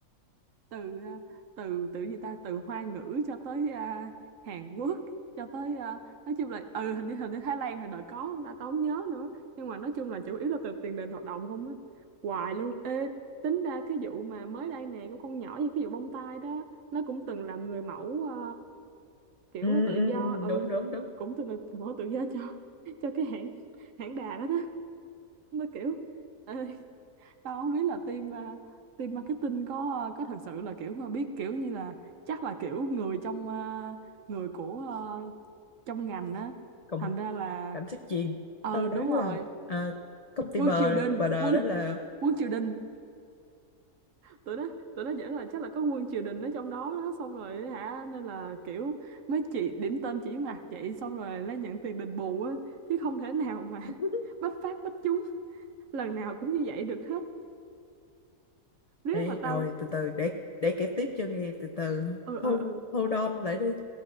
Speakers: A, on the right; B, on the left.
A: từ à, từ từ gì ta từ Hoa ngữ cho tới à, Hàn Quốc cho tới à, nói chung là ừ hình như hình như Thái Lan hồi đợt có ta tốn nhớ nữa nhưng mà nói chung là chủ yếu là từ tiền đền hoạt động không á hoài luôn ê tính ra cái vụ mà mới đây nè của con nhỏ như cái vụ bông tai đó nó cũng từng làm người mẫu à, kiểu
B: ừ,
A: tự do
B: ừ, ừ,
A: ừ
B: đúng đúng đúng
A: cũng từng là người mẫu tự do cho cho cái hãng hãng đà đó đó nó kiểu ờ, tao không biết là team à, team marketing có à, có thật sự là kiểu mà biết kiểu như là chắc là kiểu người trong à, người của à, trong ngành á
B: cùng
A: thành ra là
B: cảnh sát chìm
A: ờ
B: tao đoán
A: đúng
B: là
A: rồi
B: à, công ty
A: quân
B: bờ
A: triều đình
B: bờ đờ
A: quân
B: đó là
A: quân triều đình tụi nó tụi nó dễ là chắc là có quân triều đình ở trong đó đó xong rồi hả nên là kiểu mấy chị điểm tên chỉ mặt vậy xong rồi lấy nhận tiền đền bù á chứ không thể nào mà
B: <laughs>
A: <laughs> bách phát bách trúng lần nào cũng như vậy được hết riết
B: Ê,
A: mà tao
B: rồi từ từ để để kể tiếp cho nghe từ từ
A: ừ
B: hold,
A: ừ ừ
B: hold on lại đi